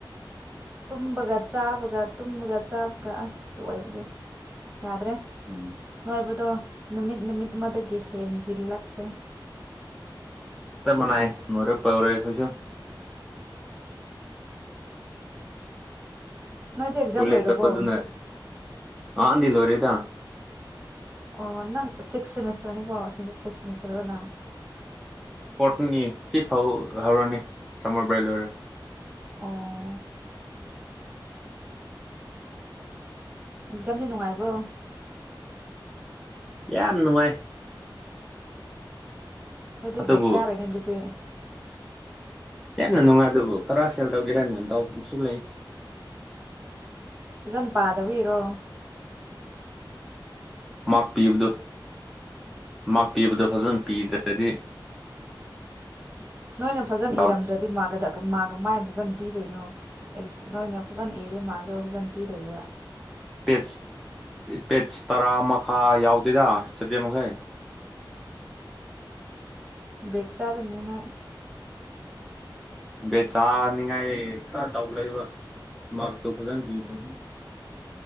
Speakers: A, on the right; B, in the centre.
A: ꯇꯨꯝꯕꯒ ꯆꯥꯕꯒ ꯇꯨꯝꯕꯒ ꯆꯥꯕꯒ ꯑꯁꯇ ꯑꯣꯏꯕꯒꯤ ꯌꯥꯗ꯭ꯔꯦ
B: ꯎꯝ
A: ꯅꯣꯏꯕꯗꯣ ꯅꯨꯃꯤꯠ ꯅꯨꯃꯤꯠ ꯑꯃꯗꯒꯤ ꯍꯦꯟꯖꯤꯜꯂꯛꯈ꯭ꯔꯦ
B: ꯠꯇ ꯃꯅꯥꯥꯏ ꯃꯔ ꯄꯧꯔꯈꯣꯏꯁꯨ
A: ꯅꯣꯏꯗꯤ ꯑꯦꯛꯖꯥꯝ
B: ꯇꯂꯦ
A: ꯂꯣꯏꯔꯕꯣ
B: ꯆꯄꯗꯨꯅ ꯑꯗꯤ ꯂꯔꯤꯗ
A: ꯑꯣ ꯅꯪ ꯁꯤꯛꯁ ꯁꯦꯃꯤꯁꯇꯔꯅꯤꯀꯣ ꯁꯤꯛꯁ ꯁꯦꯃꯤꯁꯇꯔ ꯑꯣꯏꯅ
B: ꯄꯣꯠꯅꯤ ꯁꯤꯐꯥꯎ ꯍꯔꯅꯤ ꯁꯃꯔ ꯕꯦꯂꯔ
A: ꯑꯣ ꯑꯦꯛꯖꯥꯝꯗꯤ ꯅꯨꯡꯉꯥꯏꯕ꯭ꯔꯣ
B: ꯌꯥꯝ ꯅꯨꯡꯉꯥꯏ
A: ꯑꯗꯨꯗꯤ
B: ꯑꯗꯨꯕꯨ
A: ꯕꯆꯥꯔꯩꯅ ꯑꯗꯨꯗꯤ
B: ꯌꯥꯝꯅ ꯅꯨꯡꯉꯥꯏ ꯑꯗꯨꯕꯨ ꯈꯔ ꯁꯦꯜ ꯇꯧꯒꯦ ꯍꯥꯏꯅꯇꯥꯎꯁꯨ ꯂꯩ
A: ꯐꯖꯅ ꯄꯥꯗꯕ ꯏꯔꯣ
B: ꯃꯥꯛ ꯄꯤꯕꯗꯣ ꯃꯥꯛ ꯄꯤꯕꯗꯣ ꯐꯖꯅ ꯄꯤꯗ꯭ꯔꯗꯤ
A: ꯅꯣꯏꯅ ꯐꯖꯅ
B: ꯗꯥꯎꯠ
A: ꯏꯔꯝꯗ꯭ꯔꯗꯤ ꯃꯥꯒꯗ ꯃꯥꯒ ꯃꯥꯏ ꯐꯖꯅ ꯄꯤꯗꯣꯏꯅꯣ ꯅꯣꯏꯅ ꯐꯖꯅ ꯑꯦꯔꯦ ꯃꯥꯡꯗꯕ ꯐꯖꯅ ꯄꯗꯏꯕ
B: ꯄꯦ ꯄꯦꯖ ꯇꯔꯥ ꯃꯈꯥ ꯌꯥꯎꯗꯣꯏꯗ ꯁꯕꯖ ꯃꯈ ꯃꯈꯩ
A: ꯕꯒ ꯆꯥꯖꯅꯤꯅ
B: ꯕꯦ ꯆꯥꯅꯤꯡꯉꯥꯏ ꯈꯔ ꯗꯥꯎꯠ ꯂꯩꯕ ꯃꯥꯔꯇꯨ ꯈꯖꯪ ꯄꯤꯔꯅꯤ